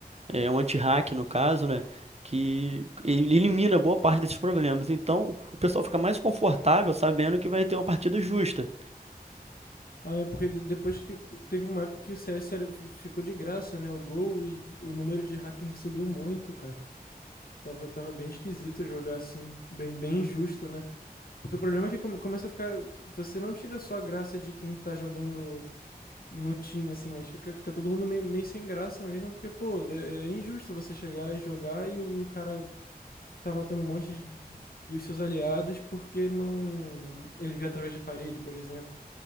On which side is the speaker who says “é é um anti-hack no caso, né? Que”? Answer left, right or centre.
Right